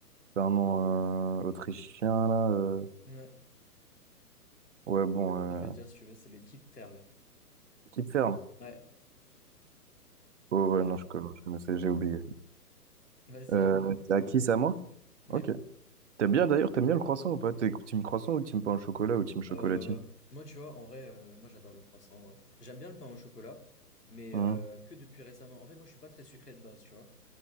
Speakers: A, on the right; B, on the left.
A: c'est un nom euh, autrichien là. euh.
B: Ouais,
A: Ouais, bon,
B: je
A: euh...
B: peux te le dire si tu veux, c'est le Keep Ferl.
A: Kipfern.
B: Ouais,
A: Oh ouais,
B: voilà,
A: non, je, co- je connaissais, j'ai oublié.
B: voilà. Vas-y,
A: Euh,
B: à toi.
A: c'est à qui ça, moi?
B: Ouais.
A: Ok. T'aimes bien d'ailleurs, t'aimes bien le croissant ou pas? T'es team croissant ou team pain au chocolat ou team chocolatine?
B: Euh, moi, tu vois, en vrai, euh, moi j'adore le croissant, en vrai. J'aime bien le pain au chocolat, mais
A: Hein,
B: euh, que depuis récemment. En fait, moi, je suis pas très sucré de base, tu vois.